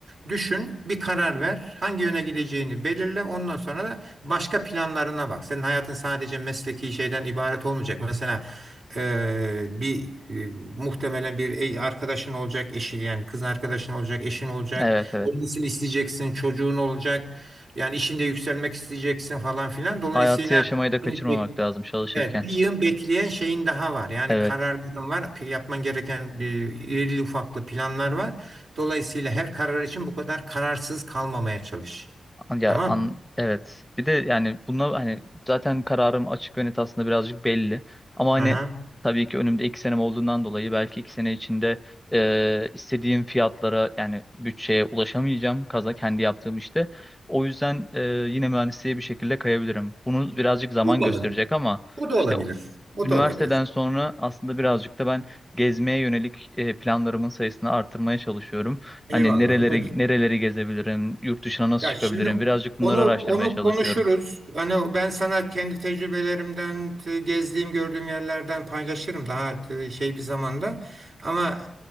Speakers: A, on the right; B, in the centre.
A: Düşün, bir karar ver. Hangi yöne gideceğini belirle. Ondan sonra da başka planlarına bak. Senin hayatın sadece mesleki şeyden ibaret olmayacak. Mesela e, bir e, muhtemelen bir e- arkadaşın olacak, eşin yani kız arkadaşın olacak, eşin olacak.
B: Evet evet.
A: Olmasını isteyeceksin, çocuğun olacak. Yani işinde yükselmek isteyeceksin falan filan. Dolayısıyla
B: Hayatı yaşamayı da kaçırmamak
A: şimdi bek-
B: lazım çalışırken.
A: evet, bir yığın bekleyen şeyin daha var. Yani
B: Evet.
A: kararların var. p- Yapman gereken e, irili ufaklı planlar var. Dolayısıyla her karar için bu kadar kararsız kalmamaya çalış.
B: Ya
A: Tamam?
B: an evet. Bir de yani buna hani zaten kararım açık ve net aslında birazcık belli. Ama hani
A: Aha.
B: tabii ki önümde iki senem olduğundan dolayı belki iki sene içinde e, istediğim fiyatlara yani bütçeye ulaşamayacağım kaza kendi yaptığım işte. O yüzden e, yine mühendisliğe bir şekilde kayabilirim. Bunu birazcık zaman
A: O da
B: gösterecek
A: olabilir.
B: ama
A: O da
B: işte
A: olabilir.
B: o-
A: O
B: üniversiteden
A: da olabilir.
B: sonra aslında birazcık da ben gezmeye yönelik e, planlarımın sayısını artırmaya çalışıyorum.
A: Eyvallah.
B: Hani nereleri
A: O da güzel.
B: nereleri gezebilirim, yurt dışına nasıl
A: Ya
B: çıkabilirim?
A: şimdi
B: Birazcık bunları
A: onu
B: araştırmaya
A: onu
B: çalışıyorum.
A: konuşuruz. Hani ben sana kendi tecrübelerimden, t- gezdiğim, gördüğüm yerlerden paylaşırım daha t- şey bir zamanda. Ama